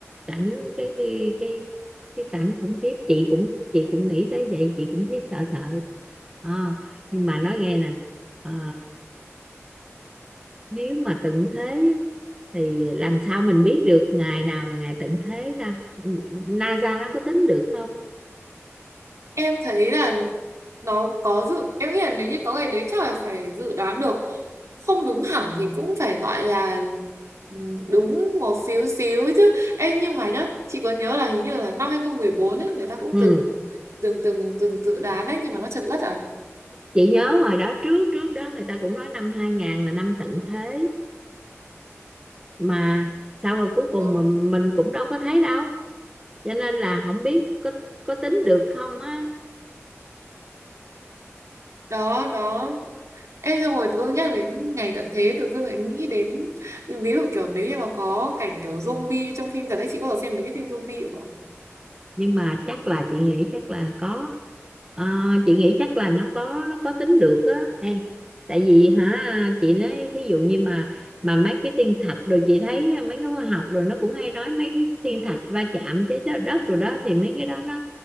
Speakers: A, on the right; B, on the right.
A: cảnh cái cái cái cái cảnh khủng khiếp chị cũng chị cũng nghĩ tới vậy chị cũng thấy sợ sợ Ờ, nhưng mà nói nghe nè ờ, nếu mà tận thế á, thì làm sao mình biết được ngày nào là ngày tận thế ta NASA nó có tính được không
B: em thấy là nó có dự em nghĩ là nếu như có ngày đấy chắc là phải dự đoán được không đúng hẳn thì cũng phải gọi là ừ, đúng một xíu xíu ấy chứ em nhưng mà nhá chị có nhớ là hình như là năm 2014 ấy người ta cũng
A: ừ
B: từng từng từng từng dự đoán đấy nhưng mà nó trật lất à
A: chị nhớ hồi đó trước trước đó người ta cũng nói năm 2000 là năm tận thế mà sau rồi cuối cùng
B: đó
A: mà mình cũng đâu có thấy đâu cho nên là không biết có có tính được không á
B: đó đó Ê xong rồi tự dưng nhắc đến ngày tận thế tự dưng lại nghĩ đến ví dụ kiểu nếu như mà có cảnh kiểu zombie trong phim thật ấy chị có xem mấy cái phim zombie không ạ
A: nhưng mà chắc là chị nghĩ chắc là có Ờ, chị nghĩ chắc là nó có nó có tính được á em tại vì hả chị nói thí dụ như mà mà mấy cái thiên thạch rồi chị thấy mấy cái khoa học rồi nó cũng hay nói mấy cái thiên thạch va chạm với đất đất rồi đó thì mấy cái đó nó